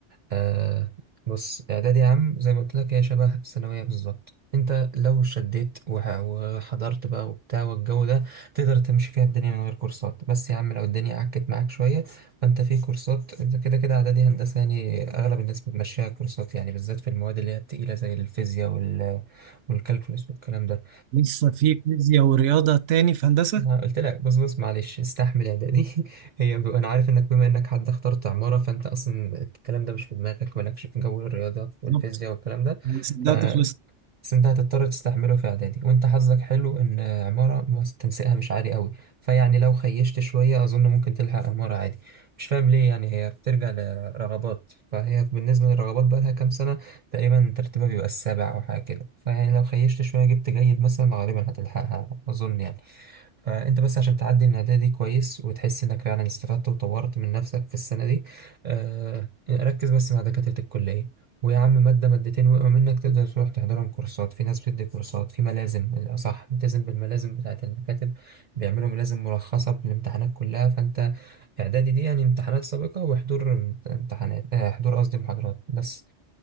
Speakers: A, on the right; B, on the right.
A: آه بص اعدادي يا عم زي ما قلت لك هي شبه الثانويه بالظبط انت لو شديت وح- وحضرت بقى وبتاع والجو ده تقدر تمشي فيها الدنيا من غير كورسات بس يا عم لو الدنيا عكت معاك شويه فانت في كورسات انت كده كده اعدادي هندسه يعني اغلب الناس بتمشيها كورسات يعني بالذات في المواد اللي هي التقيله زي الفيزياء وال والكالكولس والكلام ده
B: لسه في فيزياء ورياضة تاني في هندسة
A: ما قلت لك بص بص معلش استحمل اعدادي <laughs> هي ب... انا عارف انك بما انك حد اخترت عمارة فانت اصلا الكلام ده مش في دماغك مالكش في جو الرياضيات والفيزياء
B: بالظبط
A: والكلام ده
B: أنا صدقت
A: ف
B: خلصت
A: بس انت هتضطر تستحمله في اعدادي وانت حظك حلو ان عمارة مس- تنسيقها مش عالي قوي فيعني لو خيشت شوية اظن ممكن تلحق عمارة عادي مش فاهم ليه يعني هي بترجع لرغبات فهي بالنسبة للرغبات بقى لها كام سنة تقريبا ترتيبها بيبقى السابع او حاجة كده فيعني لو خيشت شوية جبت جيد مثلا غالبا هتلحقها اظن يعني فانت بس عشان تعدي من العادية دي كويس وتحس انك فعلا استفدت وطورت من نفسك في السنة دي آه ركز بس مع دكاترة الكلية ويا عم مادة مادتين وقعوا منك تقدر تروح تحضرهم كورسات في ناس بتدي كورسات في ملازم الأصح التزم بالملازم بتاعة المكاتب بيعملوا ملازم مرخصة بالامتحانات كلها فانت إعدادي دي يعني امتحانات سابقة وحضور امت- امتحانات آه حضور قصدي محاضرات بس